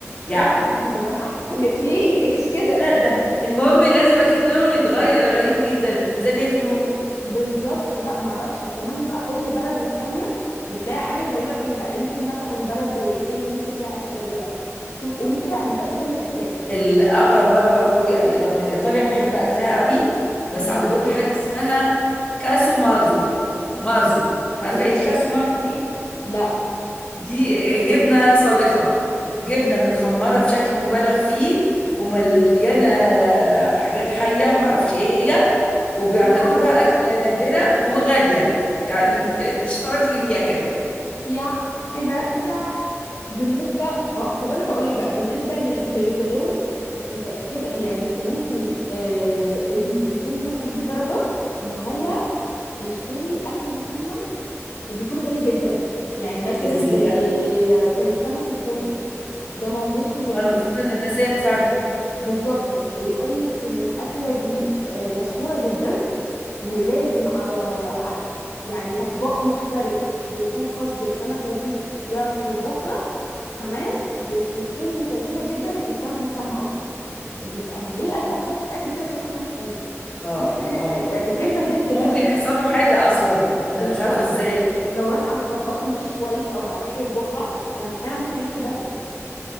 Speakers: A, on the left; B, on the left.
A: يا
B: ايه يا جدعان دي زمانها عفنت في ايه؟ ايش كده
A: ده, ده المهم لازم اكيد لونه يتغير غريبة جدا ازاي بياكلوا
B: بالظبط لا معرفش وكمان بقى كل بلد والتانيه بتلاقي حاجه غريبه فيها انت مثلا بلد زي ايه تاني ممكن فيها اكل غريبه شو قولي كده انا متاكده انك هتلاقي
A: الاغرب بقى برضو يعني رغم ان ايطاليا بنحب اكلها قوي بس
B: امم
A: عندهم حاجة اسمها كاسو مازو مارزو عارفة
B: دي ايه
A: ايه الكاسو
B: دي
A: مارزو دي
B: لا
A: دي جبنة صارخة جبنة متخمرة بشكل مبالغ فيه ومليانة حاجات حية معرفش ايه هي وبيعتبروها
B: يا
A: أكلة نادرة وغالية يعني آه، مش هتعرفي تجيبيها كمان
B: يا ايه ده يا بالنسبة اه طب انا هقول لك بقى بالنسبة لل- للغلو انت متأكدة يعني انت ممكن آه الانسان يوصل بيه الدرجة ان هو يشتري اكل مسمم وبيكون غالي جدا يعني مثلا
A: ازاي
B: زي
A: ده؟
B: زي سمك الفوجو ده موجود في اليابان
A: آه، المفروض ان ده سام فعلا
B: بالظبط بيقول لك ان الاكلة دي آه مشهورة جدا ولازم على ع- يعني طباخ محترف يكون خاص بالسمكة دي يعرف يطبخها تمام وبتكون مكلفه جدا لان السمكه دي سامه اصلا يعني انا ليه ادفع فلوس قد كده عشان اكل سمك سام
A: اه
B: <laughs>
A: اه
B: يعني فين فايدته يا
A: ممكن
B: باشا
A: يحصل له حاجة اصلا
B: <laughs> بالظبط
A: انا مش عارفة ازاي
B: لو راح عند طباخ مش كويس او ما يعرفش يطبخها انت فعلا ممكن يروح في داهيه